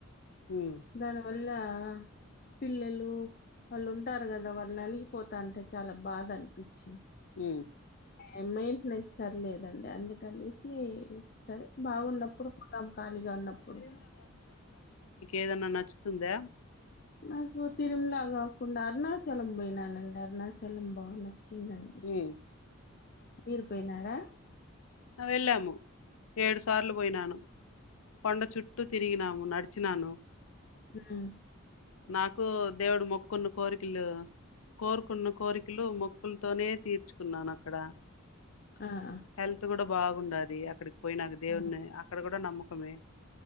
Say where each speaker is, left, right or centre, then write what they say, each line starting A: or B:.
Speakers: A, on the left; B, on the left.
A: హ్మ్
B: ధన్వాది అలా పిల్లలు వాళ్ళు ఉంటారు కదా వాళ్ళు అలిగిపోతంటే చాలా బాధ అనిపించింది
A: ఉ
B: ఎ మెయింటెనెన్స్ సర్లేదండి అందుకనేసి సరే బాగున్నప్పుడు పోదాం ఖాళీగా ఉన్నప్పుడు
A: ఏదనా నచ్చుతు తుందా
B: నాకు తిరుమలా కాకుండా అరుణాచలం బోయినానండి అరుణాచలం బాగునయి చ్చిందండి
A: హ్మ్
B: మీరు పోయినారా
A: ఆ వెళ్ళాము ఏడు సార్లు పోయినాను కొండ చుట్టు తిరిగినాము నడిచ చ్చినాను
B: హ్మ్.
A: నాకు దేవుడు మొక్కున్న కోరికలు కోరుకున్న కోరికలు మొక్కులతోనే తీర్చుకున్నాను అక్కడ
B: ఆ ఆ
A: హెల్త్ కూడా బాగుండది. అక్కడికి పోయినాకు దేవుణ
B: ఆ
A: అక్కడ కూడా నమ్మక్ కమే